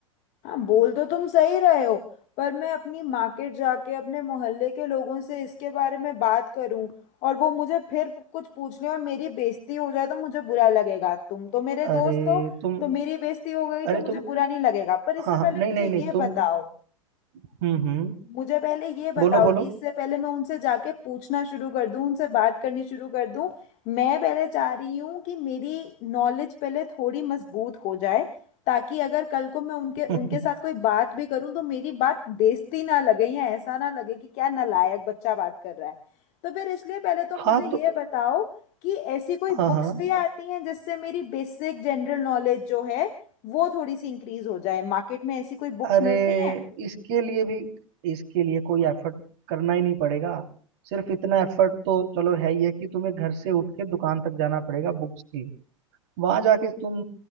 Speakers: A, on the left; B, on the right.
A: हाँ बोल तो तुम सही रहे हो पर मैं अपनी मार्केट जाके अपने मोहल्ले के लोगों से इसके बारे में बात करूं और वो मुझे फिर कुछ पूछ लें और मेरी बेइज्जती हो जाए तो मुझे बुरा लगेगा तुम तो मेरे
B: अरे
A: दोस्त हो
B: तुम
A: तो मेरी बेइज्जती हो गई
B: अरे
A: तो मुझे
B: तुम
A: बुरा नहीं लगेगा पर इससे
B: हाँ
A: पहले
B: हाँ नहीं
A: मुझे
B: नहीं नहीं
A: ये
B: तुम
A: बताओ
B: हम्म हम्म
A: मुझे पहले ये बताओ
B: बोलो बोलो
A: कि इससे पहले मैं उनसे जाके पूछना शुरू कर दूं उनसे बात करनी शुरू कर दूं मैं पहले चाह रही हूँ कि मेरी नॉलेज पहले थोड़ी मजबूत हो जाए ताकि अगर कल को मैं उनके
B: <laughs>
A: उनके साथ कोई बात भी करूँ तो मेरी बात बेइज्जती ना लगे या ऐसा ना लगे कि क्या नालायक बच्चा बात कर रहा है तो फिर इसलिए पहले तुम
B: हाँ
A: मुझे ये
B: तो
A: बताओ कि ऐसी कोई
B: हाँ
A: बुक्स
B: हाँ
A: भी आती हैं जिससे मेरी बेसिक जनरल नॉलेज जो है वो थोड़ी सी इंक्रीज हो जाए मार्केट में ऐसी कोई बुक्स
B: अरे
A: मिलती हैं
B: इसके लिए भी इसके लिए कोई एफर्ट करना ही नहीं पड़ेगा सिर्फ इतना एफर्ट तो चलो है ही है कि तुम्हें घर से उठ के दुकान तक जाना पड़ेगा बुक्स की वहां जाके तुम